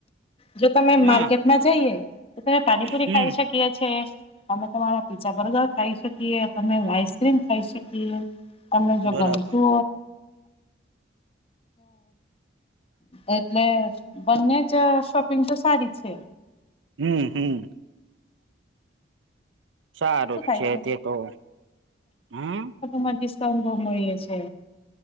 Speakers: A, on the left (about 30°); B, on the right (about 80°).
A: જો તમે
B: હા
A: માર્કેટમાં જઈએને તો તમે પાણીપુરી
B: હમ
A: ખાઈ શકીએ છે. અમે તમારા પી્ઝા બર્ગર ખાઈ શકીએ, તમે આઈસક્રીમ ખાઈ શકીએ તમે
B: બરાબર
A: ગમતું તો. એટલે બંનેજ શોપિંગ તો સારી છે.
B: હમ્મ હમ્મ. સારુંજ
A: શું થાય
B: છે તે તો, હમ્મ?
A: માં ડિસ્કાઉન્ટ બહુ મળીએ છે.